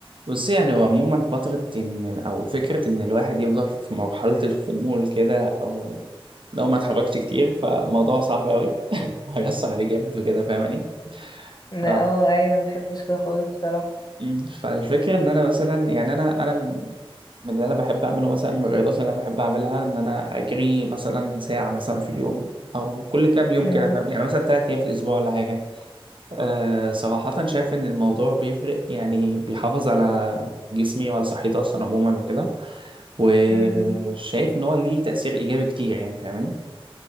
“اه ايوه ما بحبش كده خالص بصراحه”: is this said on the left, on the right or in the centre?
Left